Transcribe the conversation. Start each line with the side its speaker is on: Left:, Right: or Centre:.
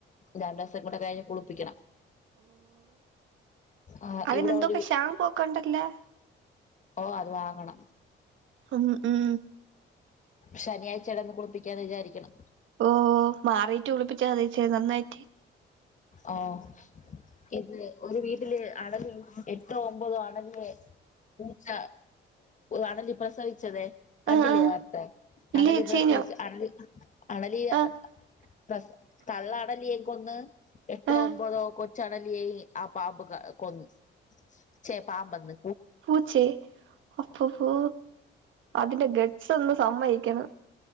Left: രണ്ടൂസം കൂടെ കഴിഞ്ഞ് കുളിപ്പിക്കണം. ആഹ്
Right: അതിനെന്തൊക്ക
Left: ഇവിടെ ഒരു
Right: ഷാമ്പുവക്ക ഒണ്ടല്ലാ
Left: ഓഹ് അത് വാങ്ങണം.
Right: ഉം ഉം
Left: ശനിയാഴ്ച്ചേടന്ന് കുളിപ്പിക്കാന്ന് വിചാരിക്കണ്.
Right: ഓ മാറിയിട്ട് കുളിപ്പിച്ചാ മതിയേച്ചി നന്നായി
Left: ഓഹ് ഇതില് ഒരു വീട്ടില് അണലി എട്ടോ ഒമ്പതോ അണലിയെ പൂച്ച അണലി പ്രസവിച്ചതെ കണ്ടില്ലേ
Right: ആ ആ
Left: വാർത്ത
Right: ഇല്ല
Left: അണലി
Right: ചേച്ചി
Left: പ്രസവിച്ച
Right: ഞാൻ
Left: അണലി അണലിയ
Right: ആ
Left: പ്രസ് തള്ള അണലിയേ കൊന്ന് എട്ടോ
Right: ആ
Left: ഒമ്പതോ കൊച്ചണലിയേയും ആ പാമ്പ് ക കൊന്ന് ഛെ പാമ്പന്ന്
Right: പൂച്ചേ അപ്പ ഫൂ അതിന്റെ ഗറ്റ്സ് ഒന്ന് സമ്മയിക്കണം